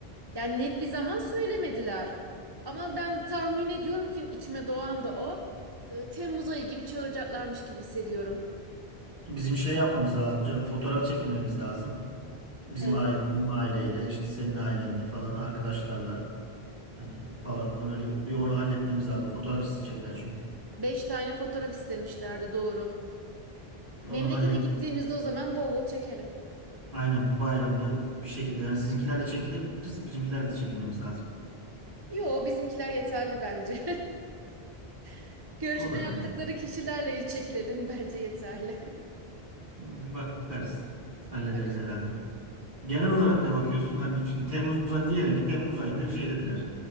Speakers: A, on the right (about 25°); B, on the right (about 55°).
A: Yani net bir zaman söylemediler. Ama ben tahmin ediyorum ki içime doğan da o. E, Temmuz ayı gibi çağıracaklarmış gibi hissediyorum.
B: Bizim şey yapmamız lazım canım. Fotoğraf çekilmemiz lazım. Bizim
A: Evet.
B: aile, benim aileyle, işte senin ailenle falan, arkadaşlarla hani falan öyle bir onu halletmemiz lazım. Fotoğraf isteyecekler çünkü.
A: Beş tane fotoğraf istemişlerdi doğru.
B: Onu
A: Memlekete
B: halledip
A: gittiğimizde o zaman bol bol çekelim.
B: aynen bu bayramda bir şekilde yani sizinkilerle çekiliriz, bizimkilerle de çekilmemiz lazım.
A: Yo bizimkiler yeterli bence. <laughs> Görüşme
B: Olabilir.
A: yaptıkları kişilerle çekilelim bence yeterli.
B: Bir bakarız. Hallederiz
A: <laughs> Bakarız.
B: herhalde. Genel olarak ne bakıyorsun? Hani şimdi Temmuz'a diyelim ki Temmuz ayında şey dediler.